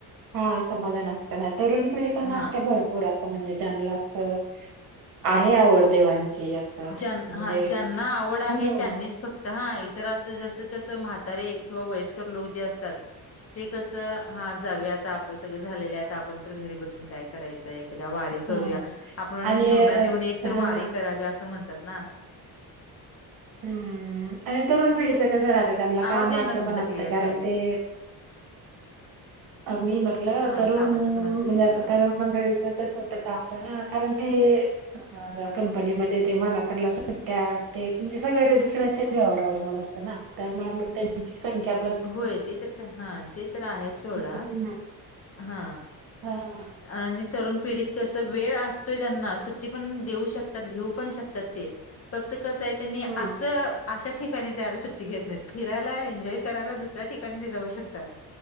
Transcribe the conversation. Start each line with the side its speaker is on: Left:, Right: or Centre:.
Right: हा समाधान असतं ना तरुण पिढी पण नासते
Left: हां,
Right: भरपूर पुर असं म्हणजे ज्यांना असं आहे आवड देवांची असं
Left: ज्यां
Right: म्हणजे
Left: हा ज्यांना आवड आहे
Right: हम्म
Left: त्यांनीच फक्त तर हा इतर असं जसं कसं म्हातारे किंवा वयस्कर लोक जे असतात. ते कसं हा जावे आता आपलं सगळं झालेलं आता आपण तर घरी बसून काय करायचंय. एकदा वारी करूया
Right: हम्म
Left: आपण
Right: आणि
Left: जीवनात
Right: अ,
Left: येऊन एकतर
Right: हा
Left: वारी करावी असं म्हणतात ना.
Right: हम्म आणि तरुण पिढीच कसं राहत त्यांला
Left: आवाज
Right: कामाचं
Left: आहे ना तुमचा
Right: पण असतंय
Left: क्लिअर
Right: कारण
Left: कायच
Right: ते मी म्हटलं
Left: हा
Right: तरुण
Left: कामाचं पण असते
Right: म्हणजे
Left: सोडा
Right: असं तर मंडळी च कसं असतं कामच कारण ते कंपनीमध्ये ते मनातनला सुट्टया ते तुमचे सगळं ते दुसऱ्यांच्याच जीवावर अवलंबून असत ना. त्यामुळे मग त्यांची संख्या पण
Left: होय ते तर का हा ते तर आहे सोडा
Right: हम्म
Left: हा
Right: हा
Left: आणि तरुण पिढीत कसं वेळ असतोय त्यांना सुट्टी पण देऊ शकतात घेऊ पण शकतात ते फक्त कसं आहे त्यांनी
Right: हम्म
Left: असं अशा ठिकाणी जायला सुट्टी घेत नाहीत फिरायला एन्जॉय करायला दुसऱ्या ठिकाणी ते जाऊ शकतात.